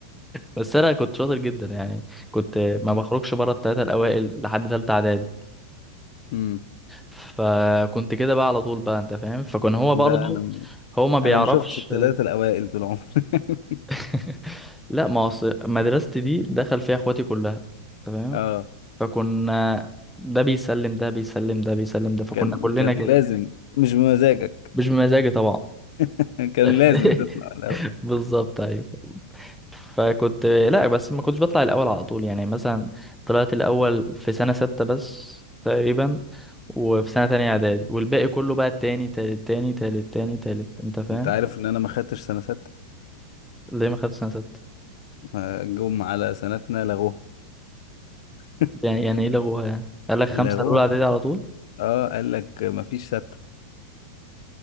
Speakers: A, in the centre; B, on the left.
A: بس انا كنت شاطر جدا يعني كنت ما
B: امم
A: بخرجش بره الثلاثه الاوائل لحد ثالثه اعدادي
B: أمم.
A: فكنت كده بقى على طول بقى انت فاهم فكان هو
B: لا
A: برضه
B: انا
A: هو ما بيعرفش
B: انا ما شفتش الثلاثة الاوائل طول عمري <laughs>
A: <laughs> لا ما أصل مدرستي دي دخل فيها اخواتي كلها تمام
B: اه
A: فكنا ده بيسلم ده بيسلم ده بيسلم ده فكنا
B: كان
A: كلنا
B: كان
A: كده
B: لازم مش بمزاجك
A: مش بمزاجي طبعا
B: <laughs> كان
A: <laughs>
B: لازم تطلع الاول
A: بالظبط ايوه فكنت لا بس ما كنتش بطلع الاول على طول يعني مثلا طلعت الاول في سنه سته بس تقريبا وفي سنه تانية اعدادي والباقي كله بقى التاني تالت تاني تالت تاني تالت انت فاهم
B: انت عارف ان انا ما خدتش سنه سته
A: ليه ما خدتش سنة ستة
B: ما جم على سنتنا لغوها <laughs>
A: يعني يعني ايه لغوها يعني قال لك خمسة
B: لغوها
A: الأولى إعدادي
B: كده
A: على طول
B: اه قال لك ما فيش سته